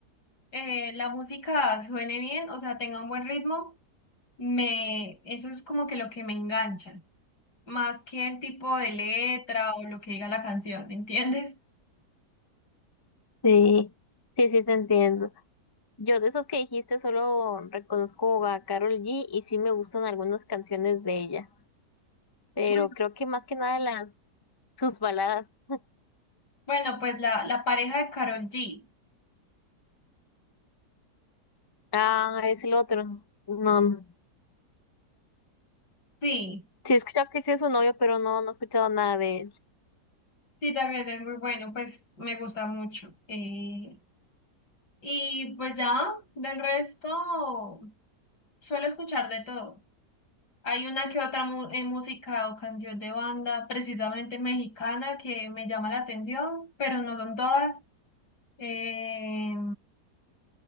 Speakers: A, on the left; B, on the left.
A: eh, la música suene bien, o sea, tenga un buen ritmo, me, eso es como que lo que me engancha, más que el tipo de letra o lo que diga la canción, ¿me entiendes?
B: Sí, sí, sí, te entiendo. Yo de esos que dijiste solo reconozco a Carol G y sí me gustan algunas canciones de ella, pero
A: Bueno,
B: creo que más que nada las sus baladas. <laughs>
A: bueno, pues la, la pareja de Karol G,
B: Ah, es el otro. No, no.
A: sí.
B: sí he escuchado que sí es su novio, pero no, no he escuchado nada de él.
A: Sí, también es muy bueno, pues me gusta mucho. Eh, y pues ya, del resto, suelo escuchar de todo. Hay una que otra mu- eh, música o canción de banda, precisamente mexicana, que me llama la atención, pero no son todas. Eh,